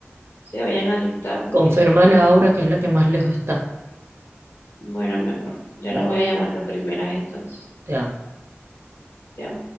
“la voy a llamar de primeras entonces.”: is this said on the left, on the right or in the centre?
Left